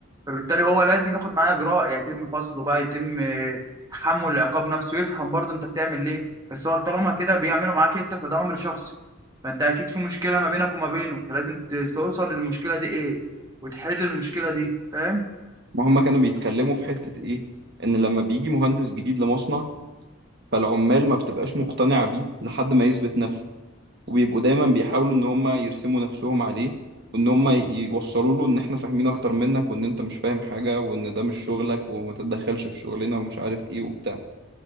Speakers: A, on the right (about 20°); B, on the right (about 55°).
A: فبالتالي هو لازم ياخد معاه اجراء يتم فصله بقى يتم آه، تحمل العقاب نفسه ويفهم برضه انت بتعمل ليه بس هو طالما كده بيعملوا معاك انت فده امر شخصي فانت اكيد في مشكله ما بينك وما بينه فلازم ت- توصل للمشكله دي ايه وتحل المشكله دي فاهم
B: ما هما كانوا بيتكلموا في حتة ايه ان لما بيجي مهندس جديد لمصنع فالعمال ما بتبقاش مقتنعة بيه لحد ما يثبت نفسه وبيبقوا دايما بيحاولوا ان هم يرسموا نفسهم عليه وان هم يوصلوا له ان احنا فاهمين اكتر منك وان انت مش فاهم حاجة وان ده مش شغلك وما تتدخلش في شغلنا ومش عارف ايه وبتاع